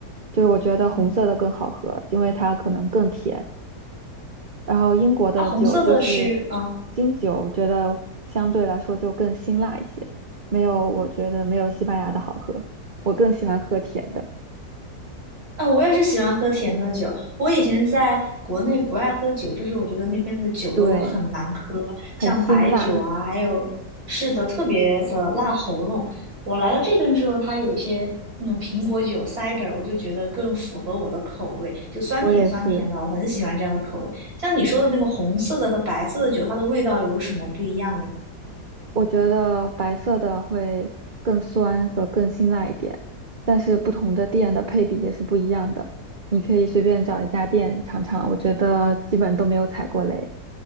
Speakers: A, on the right (about 35°); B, on the right (about 60°).
A: 就是我觉得红色的更好喝，
B: 嗯，
A: 因为它可能更甜。然后英国的酒就是
B: 它红色的是，嗯、
A: 金酒，我觉得相对来说就更辛辣一些，没有，我觉得没有西班牙的好喝。我更喜欢喝甜的，
B: 啊、我也是喜欢喝甜的酒。我以前在国内不爱喝酒，就是我觉得那边的酒都很难喝，
A: 对，
B: 像白酒啊，
A: 很辛辣，
B: 还有是的，特别的辣喉咙。我来到这边之后，它有一些那种苹果酒 cider，我就觉得更符合我的口味，就酸甜酸甜的，
A: 我也是。
B: 我很喜欢这样的口味。像你说的那个红色的和白色的酒，它的味道有什么不一样嘞？
A: 我觉得白色的会更酸和更辛辣一点，但是不同的店的配比也是不一样的。你可以随便找一家店尝尝，我觉得基本都没有踩过雷。